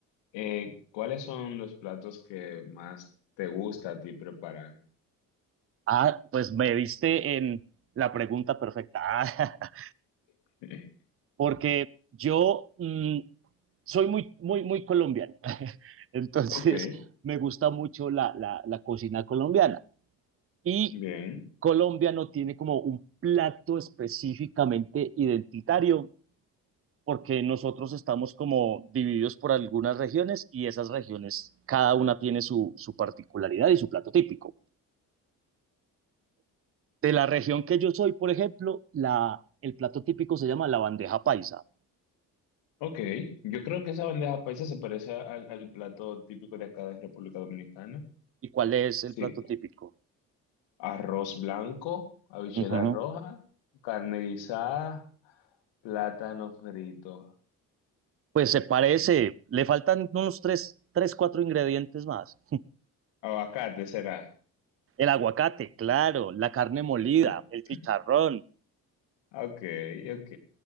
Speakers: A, on the left; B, on the right.
A: Eh, ¿cuáles son los platos que más te gusta a ti preparar?
B: Ah, pues me diste en la pregunta perfecta. <laughs> Ah,
A: <laughs>
B: porque yo mm, soy muy, muy, muy colombiano, <laughs> entonces
A: Ok,
B: me gusta mucho la, la, la cocina colombiana y
A: bien.
B: Colombia no tiene como un plato específicamente identitario porque nosotros estamos como divididos por algunas regiones y esas regiones, cada una tiene su, su particularidad y su plato típico. De la región que yo soy, por ejemplo, la, el plato típico se llama la bandeja paisa.
A: Ok, yo creo que esa bandeja paisa se parece al, al plato típico de acá de República Dominicana.
B: ¿Y cuál es
A: Sí,
B: el plato típico?
A: arroz blanco, habichuela
B: Ujú.
A: roja, carne guisada, plátano frito.
B: Pues se parece, le faltan unos tres, tres, cuatro ingredientes más.
A: Aguacate será.
B: El aguacate, claro, la carne molida,
A: <laughs>
B: el chicharrón.
A: Ok, ok.